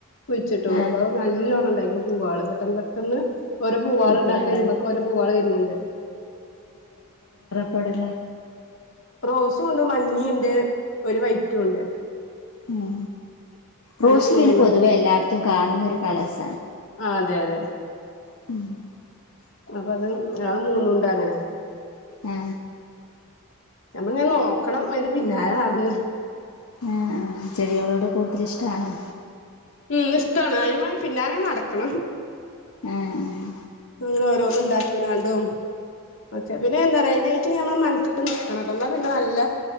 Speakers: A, on the left (about 60°); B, on the left (about 80°).
A: കുയിച്ചിട്ടു
B: ആഹ്
A: അപ്പ നല്ലോണണ്ടായി ത്തള് പൂവാള് പെട്ടന്ന് പേ ട്ടന്ന് ഒരു പൂവാളിണ്ടാക്കയീബക്കും
B: പൂക്കളുണ്ടായി
A: ഒരു പൂവാള വരിന്നിണ്ട്
B: തൊടള്ളേ
A: റോസും ഉണ്ട് മഞ്ഞേണ്ട് ഒരു വൈറ്റും ഉണ്ട്
B: ഏ
A: അങ്ങനെ
B: റോസ്
A: മൂന്നെണ്ണാണ്
B: പിന്നെ പൊതുവേ എല്ലാടത്തും കാണുന്നൊരു കള്ളേസ്
A: ആ അതെ അതെ
B: <unintelligible>
A: പ്പത് അ മൂന്നുണ്ടാങ്ങനെ
B: ആ
A: ഞമ്മളിങ്ങന നോക്കണം വേണ്ടി പിന്നാല നടന്ന്
B: ആ ആ ചെടികളോടു കൂടുതല് ഇഷ്ടാണോ
A: ഈ ഇഷ്ടാണ് അതുമാറി പിന്നാലെ നടക്കണം
B: ഏഹ്
A: ഇങ്ങഓഓരോന്നും ഇണ്ടാക്കിങ്ങാണ്ടും വെച്ചേ പിന്നെന്താറേദിനെ ഇറ്റ് ഇനിന്ന മെൻകെട്ടു നിക്കണത് എന്നാ പിന്നെ നല്ല